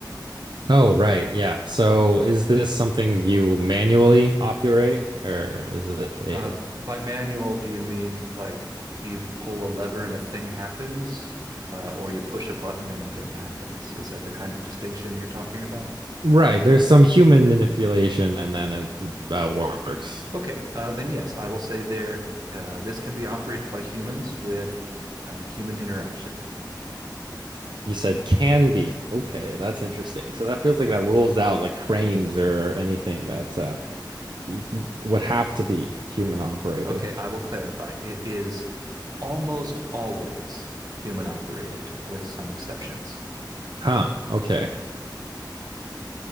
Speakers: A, on the right (about 75°); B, on the right (about 55°).
A: oh, right. Yeah. So is this something you manually operate or is it a,
B: Uh, by manual, do you mean like you pull a lever and a thing happens, uh, or you push a button and a thing happens? Is that the kind of distinction you're talking about?
A: right? There's some human manipulation and then it uh, works.
B: Okay, uh, then yes, I will say there, uh, this can be operated by humans with uh, human interaction.
A: You said can be. Okay, that's interesting. So that feels like that rules out like cranes or anything that uh, you- would have to be human operated.
B: Okay, I will clarify. It is almost always human operated, with some exceptions.
A: Huh. Okay.